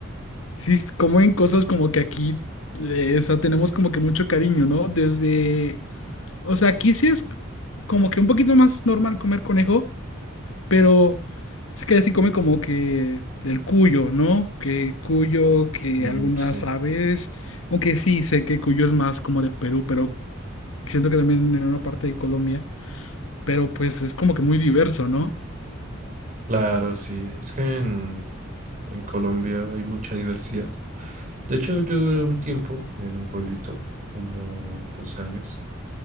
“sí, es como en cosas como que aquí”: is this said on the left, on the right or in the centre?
Left